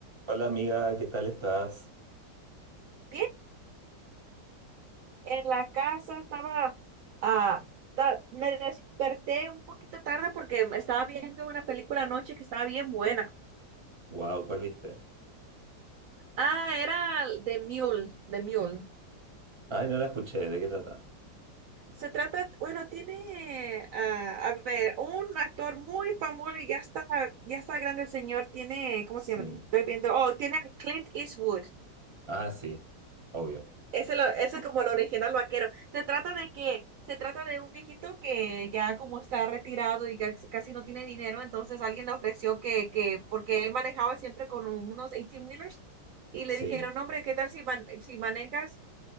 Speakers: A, on the right; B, on the right.
A: Hola amiga, ¿qué tal estás?
B: Bien, en la casa estaba, ah, ta- me desperté un poquito tarde porque me estaba viendo una película anoche que estaba bien buena.
A: Wow, ¿cuál viste?
B: Ah, era The Mule, The Mule.
A: Ay, no la escuché, ¿de qué trata?
B: Se trata, bueno, tiene, ah, a ver, un actor muy famoso y ya está, ya está grande el señor, tiene, ¿cómo
A: Sí.
B: se llama? Estoy viendo, oh, tiene a Clint Eastwood.
A: Ah, sí, obvio.
B: Ese, lo, ese es como el original vaquero. Se trata de que, se trata de un viejito que ya como está retirado y ca- casi no tiene dinero, entonces alguien le ofreció que, que, porque él manejaba siempre con unos eighteen wheelers y
A: Sí.
B: le dijeron, "No, hombre, ¿qué tal si, man- si manejas